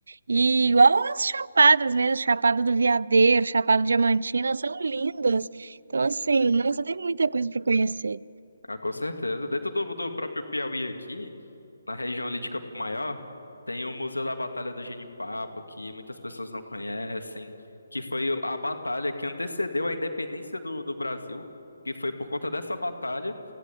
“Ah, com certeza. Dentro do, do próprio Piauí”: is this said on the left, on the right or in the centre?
Left